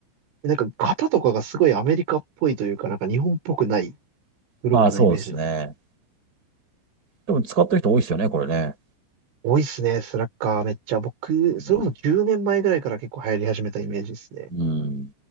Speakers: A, on the right; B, on the right.
A: なんか型とかがすごいアメリカっぽいというか、なんか日本っぽくないグローブなイメージだ。
B: まあそうですね。でも使ってる人多いですよね、これね。
A: 多いっすね、スラッガーめっちゃ。僕、
B: うん。
A: それこそ10年前ぐらいから結構流行り始めたイメージですね。
B: うん